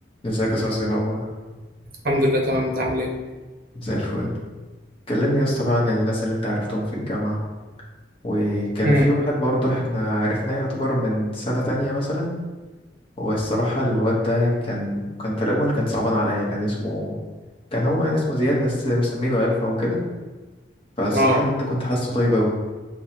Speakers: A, on the left; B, on the right.
A: ازيك يا صاصي إيه الأخبار؟
B: الحمد لله تمام انت عامل ايه
A: زي الفل كلمني يا اسطى بقى عن الناس اللي انت عرفتهم في الجامعة وكان
B: امم
A: في واحد برضه احنا عرفناه يعتبر من سنة تانية مثلا والصراحة الواد ده كان كان في الأول كان صعبان عليا كان اسمه كان هو يعني اسمه زياد بس مسمينه ألفا وكده فالصراحة
B: اه
A: الواد ده كنت حاسه طيب أوي